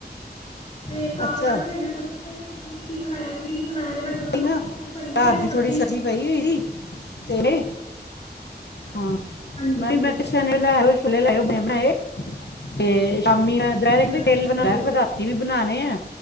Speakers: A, on the left; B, on the left.
A: ਤੇ ਤਾਂ
B: ਅੱਛਾ
A: ਕਰਕੇ ਜੇ ਕੁੱਛ ਪਤਾ ਹੀ ਨੀ ਮੰਮੀ ਨੇ ਕੀ ਬਣਾਇਆ ਕੀ ਨਹੀਂ ਬਣਾਇਆ, ਤੇ ਨਹੀਂ ਤਾ ਬਜਾਰੋ
B: ਸੀ
A: ਮੰਗਵਾਵਾਂਗੀ
B: ਨਾ
A: ਬਣੀ ਬਣਾਈ
B: ਰਾਤ ਦੀ ਥੋੜੀ
A: ਸਬਜ਼ੀ
B: ਪਈ ਹੋਈ ਦੀ ਤੇਰੇ ਹਾਂ
A: ਹਾਂਜੀ
B: ਮੈਂ, ਮੈਂ ਕਿਹਾ ਚਣੇ ਲੈਓ ਛੋਲੇ ਲੈਓ ਬਣੇ ਬਣਾਏ ਤੇ <unintelligible>
A: ਹਾਂਜੀ ਹਾਂਜੀ ਤੇ
B: ਇਹ ਵੀ ਬਣਾਣੇ ਆ,